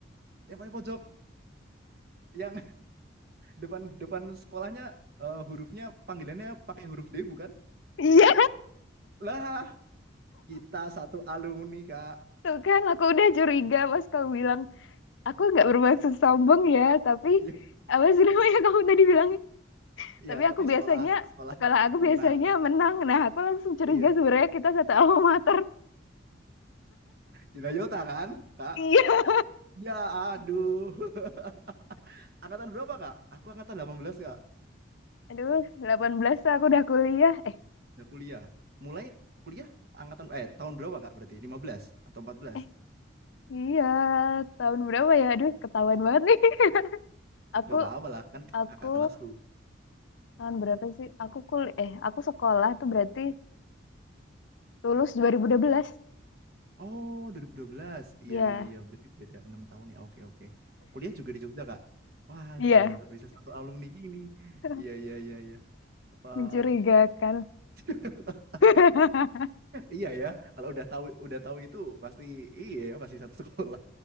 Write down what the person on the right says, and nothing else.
Yang paling pojok yang Depan depan sekolahnya eh, hurufnya panggilannya pakai huruf D bukan?
Lah, kita satu alumni, Kak.
Iya,
iya,
tapi
sekolah sekolah
menang.
Iya,
Cinayota kan, Kak?
Ya, aduh. <laughs> Angkatan berapa, Kak? Aku angkatan 18 Kak.
Udah kuliah. Mulai kuliah angkatan eh tahun berapa, Kak? Berarti 15 atau empat belas
Gak apa-apa lah kan
kakak kelasku.
Oh, dua dua ribu dua belas, Iya,
iya, iya. Berarti beda 6 tahun ya. Oke, oke. Kuliah juga di Jogja, Kak? Wah,
bisa bisa satu alumni gini.
Iya, iya, iya, iya. Wah.
<laughs>
Iya ya. Kalau udah tahu udah tahu itu pasti iya ya, pasti satu sekolah.